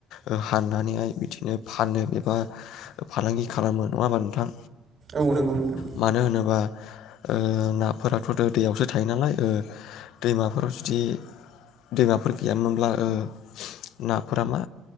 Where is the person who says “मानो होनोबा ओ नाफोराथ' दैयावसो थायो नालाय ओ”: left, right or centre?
Left